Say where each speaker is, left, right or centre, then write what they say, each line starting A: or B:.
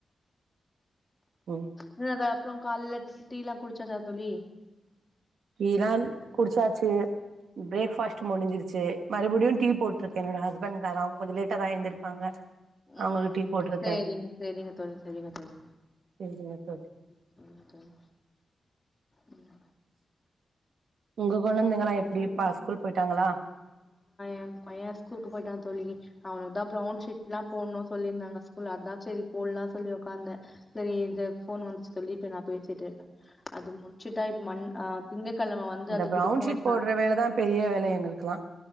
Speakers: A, on the right; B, on the left.
A: ம்
B: இன்னது அப்றோ காலில டீலா குடிச்சதா தோழி
A: டீல்லா குடிச்சாச்சு பிரேக்ஃபாஸ்ட் முடிஞ்சிச்சு மறுபடியோ டீ
B: ம்
A: போட்டிருக்கு என்னோட ஹஸ்பண்ட்க்காக அவுங்க கொஞ்ச லேட்டா தா எந்திரிப்பாங்க அவங்களுக்கு
B: ம்
A: டீ போட்ருக்கே
B: சேரிங் செரிங்க தோழி செரிங்க தோழி
A: சேரிங்க தோழி
B: ம் ம்
A: உங்க கொழந்தைங்களா எப்டிப்பா
B: அப்புறம்
A: ஸ்கூல் போயிட்டாங்களா
B: எ பைய ஸ்கூலுக்கு போயிட்டா தோழி அவனுக்கு தா ப்ரவுன் ஷீட்ல்லா போட்னோ சொல்லிந்தாங்க ஸ்கூல்ல அதா சேரி போட்ல்லா சொல்லி ஒக்காந்த சரி இத ஃபோன் வந்துச்சு சொல்லி இப்ப நா பேசிட்டு இருக்க அது மு ச்சிட்டா இப்ப மன் அ திங்கக்கெழம வந்து
A: இந்த
B: அது
A: ப்ரௌன்
B: குடுக்கணு
A: ஷீட் போட்ற
B: சா
A: வேலதா பெரிய வேல எங்களுக்குல்லா